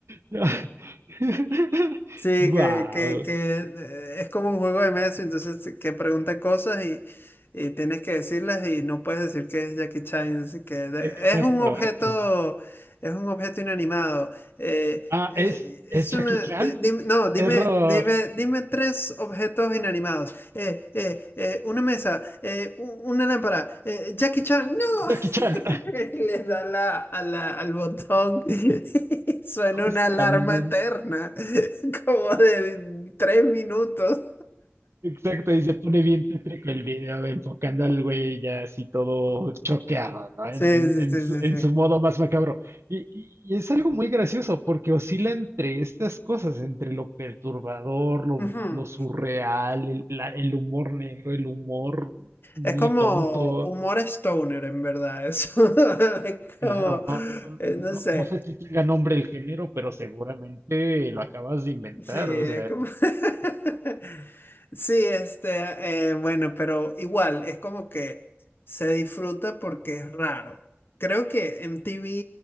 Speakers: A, on the right (about 80°); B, on the left (about 55°).
A: <laughs>
B: Sí,
A: wow
B: que, que, que eh, es como un juego de mesa, entonces que pregunta cosas y, y tienes que decirlas y no puedes decir que es Jackie Chan, así que de-
A: exacto.
B: es un objeto,
A: eh,
B: es un objeto inanimado. Eh,
A: Ah,
B: eh,
A: es, es
B: es
A: Jackie
B: una,
A: Chan.
B: di- dime- no, dime,
A: Error.
B: dime, dime tres objetos inanimados. Eh, eh, eh, una mesa, eh, u- una lámpara, eh, Jackie Chan, no.
A: Jackie
B: <laughs>
A: Chan. <laughs>
B: Le da la, a la- al botón <laughs> y suena
A: Justamente.
B: una alarma eterna, <laughs> como de tres minutos.
A: Exacto, y se pone bien tétrico el video, enfocando al güey ya así todo choqueado, ¿no? En,
B: Sí,
A: en-
B: sí,
A: en
B: sí,
A: su,
B: sí,
A: en
B: sí.
A: su modo más macabro. Y, y- y es algo muy gracioso, porque oscila entre estas cosas, entre lo perturbador, lo,
B: Ujú.
A: lo surreal, el, la- el humor negro, el humor muy
B: Es como
A: tonto.
B: humor stoner, en verdad, eso. <laughs> Es
A: Claro,
B: como,
A: no, no,
B: eh,
A: no,
B: no sé,
A: no sé si tenga nombre el género, pero seguramente lo acabas de inventar.
B: Sí, eh,
A: O sea,
B: como... <laughs> Sí, este, eh, bueno, pero igual, es como que se disfruta porque es raro. Creo que MTV